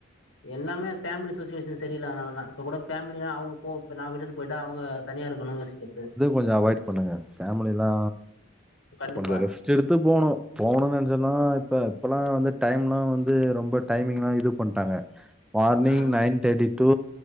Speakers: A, on the left; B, in the centre.
A: எல்லாமே ஃபேமிலி சுச்வேஷன் சரியில்லாதனாலாதா இப்போ கூட ஃபேமலினா அவுங்க போ இப்ப நா விட்டுட்டு போயிட்டா அவங்க தனியா இருக்கணு யோசிக்கிற்து
B: கொஞ்ச அவாய்ட் பண்ணுங்க பேமிலில்லா
A: கண்டிப்பா
B: கொஞ்சோ ரிஸ்க் கெடுத்து போணு போணுனு நெனச்சன்னா இப்ப இப்பல்லா வந்து டைம்லா வந்து ரொம்ப டைமிங்லா இது பண்ட்டாங்க morning
A: ஆ
B: nine thirty to